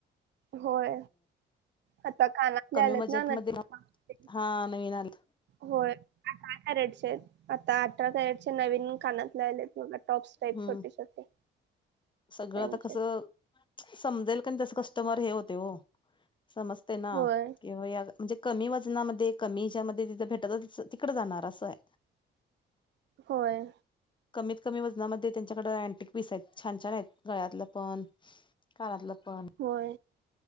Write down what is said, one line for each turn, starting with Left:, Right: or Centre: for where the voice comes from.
Right: होय. आता कानातले
Left: कमी
Right: आलेत
Left: बजेटमध्ये
Right: ना नवीण
Left: हा नवीन आलेत
Right: होय. <unintelligible> कॅरेटचे आहेत आतात अठरा कॅरेटचे चे नवीन कानात लाले मला टॉप्स टाईप
Left: हम्म.
Right: छोटे छोटे.
Left: सगळं
Right: त्यांचे.
Left: त कसं समजल काण तसं कस्टमर हे होते हो. समजते ना,
Right: होय
Left: किंवा या म्हणजे कमी वजनामध्ये कमीज्यामध्ये तिथं भेटत तिकडे ज णार असं आय.
Right: होय.
Left: कमीत कमी वजनामध्ये त्यांच्याकडं अँटीक पीस आहेत. छान छान आहेत, गळ्यातलं पण. कानातलं. पण.
Right: होय